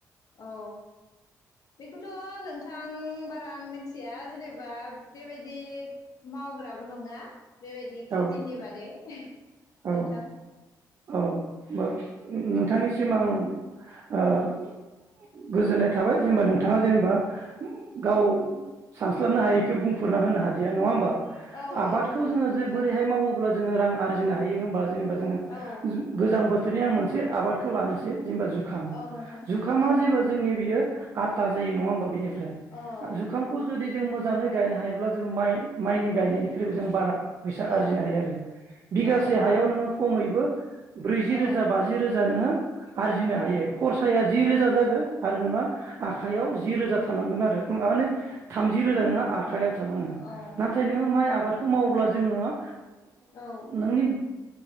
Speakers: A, on the left; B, on the right.
A: औ बे खौथ' नोंथां बारा आं मिथिया जेनेबा बेबायदि मावग्राबो नङा बेबायदि खेथिनि
B: औ
A: बागै <inaudible>
B: औ
A: नोंथां
B: औ नोंथांनिसिम आं ओ गोजोननाय थाबाय
A: औ
B: जेनेबा नोंथाङा जेनेबा गाव सानस्लाबनो हायिखौ बुंफोरना होनो हादिया नङा होमबा
A: औ
B: आबादखौ
A: औ
B: जोङो
A: नोंथां
B: जे बोरैहाय मावोब्ला जोङो रां आर जिनो हायो होनबा जेनबा जोंङो
A: औ
B: गोजां बोथ थोरनि आं मोनसे आबादखौ लानोसै जेनेबा जुखाम
A: औ नोंथां
B: जुखामा
A: औ
B: जेबो जोंनि बियो आथा जायो नङा होनबा बिनिफा फ्राय
A: औ
B: जुखामखौ जुदि जों मोजाङै गायनो हायोब्ला जोंङो माइ माइनि गायनायनिख्रुइबो जों बारा फैसा
A: औ
B: आरजिनो हायो आरो बिगासे
A: औ
B: हायाव नोङो खमैबो ब्रैजि
A: औ
B: रोजा बाजि रोजा नोङो आरजिनो
A: औ
B: हायो खरसाया जि
A: औ
B: रोजा जागोन आरो नोङो आखायाव जि रोजा थालांगोन आरो माने थामजि रोजा नोंङा आखायाव थालाङो
A: औ
B: नाथाय नोङो माइ आबाद खौ मावोब्ला जोङो
A: औ
B: नोंनि